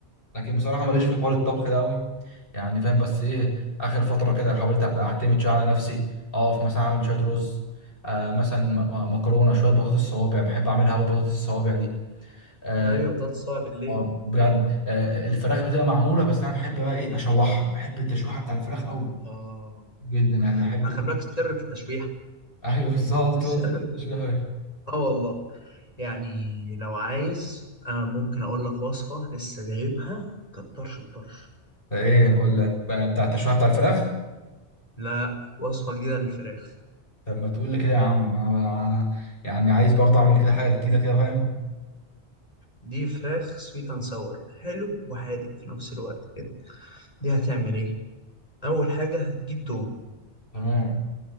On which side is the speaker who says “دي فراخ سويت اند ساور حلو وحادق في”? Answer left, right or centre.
Left